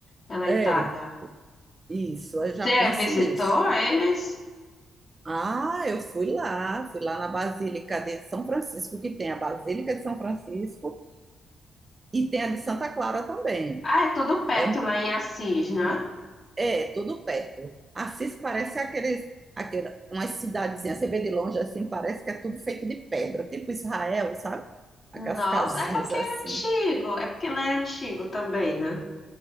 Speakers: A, on the left; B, on the right.
A: Pela Itália.
B: É, isso. Eu já
A: Você
B: penso
A: visitou
B: nisso.
A: eles?
B: Ah, eu fui lá, fui lá na Basílica de São Francisco, que tem a Basílica de São Francisco e tem a de Santa Clara também.
A: Ah, é tudo perto
B: É,
A: lá em Assis, né?
B: é tudo perto. Assis parece aqueles, aquele, umas cidadezinhas, você vê de longe assim, parece que é tudo feito de pedra, tipo Israel, sabe? Aquelas
A: Nossa,
B: casinhas
A: é porque
B: assim.
A: é antigo, é porque lá é antigo também, né?